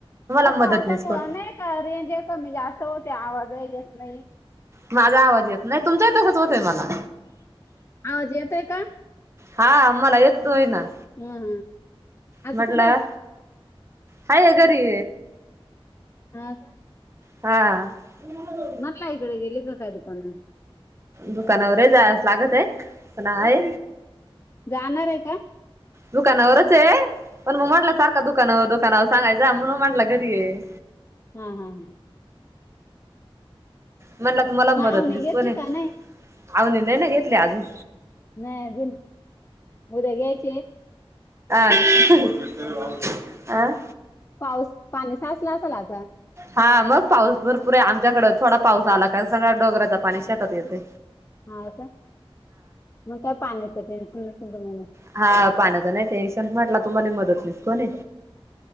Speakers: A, on the left; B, on the right.
A: ह्या
B: मदतनीस
A: पावसामुळ
B: कोण
A: नाही का, रेंज कमी- जास्त होते. आवाजय येत नाही.
B: माझा आवाज येत नाही. तुमचाही तसच होतंय मला.
A: आवाज येतय का?
B: हा मला येतोय ना.
A: हम्म हम्म आज
B: म्हटलं
A: कुठे
B: हाय घरी.
A: आता.
B: हा. <unintelligible>
A: मनलं इकडं गेले का काय दुकानाउन.
B: दुकानावरय जावाच लागतय. पण आहे.
A: जाणारय का?
B: दुकानावरचय. पण मग म्हटलं, सारखं दुकानं -दुकानावरं सांगायचा. म्हणून मग म्हटलं घरीय.
A: हम, हम, हम.
B: म्हणला तुम्हाला मदतनिस
A: मावणी घेतली
B: कोणय?
A: का नाही
B: अवून नाही ना घेतले अजून.
A: नाही अजून उद्या घ्यायची
B: <unintelligible>
A: हा
B: आं.
A: पाऊस- पाणी सासल असेल आता?
B: हा. मग पाऊस भरपूरे आमच्याकड. थोडा पाऊस आला का, सगळ्या डोगराचा पाणी शेतात येतय.
A: हा, का. मग काय पाण्याचं टेन्शन नसल तुम्हाला.
B: हा, पाण्याचा नाही टेन्शन. म्हटला तुम्हाला मदतनिस कोणय?